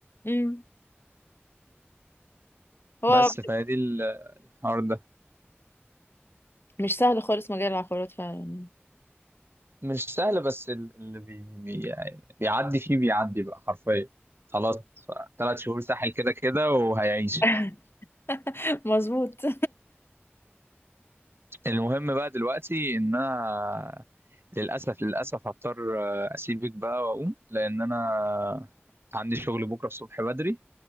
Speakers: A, on the left (about 60°); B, on the right (about 60°).
A: امم هو
B: بس فهي دي ال- الحوار ده
A: مش سهل خالص مجال العقارات فعلا
B: مش سهل بس ال- اللي بي بي يعني بيعدي فيه بيعدي بقى حرفيا خلاص ثلاث شهور ساحل كده كده وهيعيش
A: <laughs> مظبوط
B: المهم بقى دلوقتي ان انا للاسف للاسف هضطر آه، اسيبك بقى واقوم لان انا عندي شغل بكره الصبح بدري